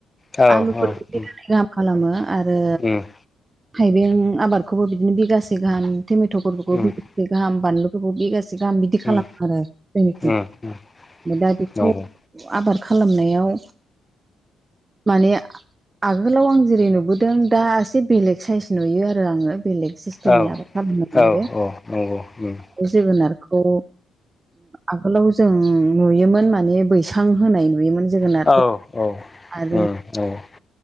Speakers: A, on the left; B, on the right.
A: औ औ
B: आलुफोर
A: उम उम
B: बिगानै गाहाम, खालामो आरो
A: उम
B: थाइबें आबादखौबो बिदिनो बिगासे गाहाम, टमेटफोरखौबो
A: उम
B: बिगासे गाहाम बानलुफोरखौबो बिगासे गाहाम बिदि खालामो
A: उम
B: आरो जोंनिथिं
A: उम
B: दा बेखौ
A: नंगौ
B: आबाद खालामनायाव माने आगोलाव आं जेरै नुबोदों दा एसे बेलेग साइस नुयो आरो आङो। बेलेग सिस्टेमनि
A: औ
B: आबाद खालामनाय
A: औ
B: नुयो।
A: औ नंगौ उम
B: बे जोगोनारखौ आगोलाव जों नुयोमोन माने बैसां होनाय नुयोमोन। जोगोनारफोर
A: औ औ
B: आरो
A: औ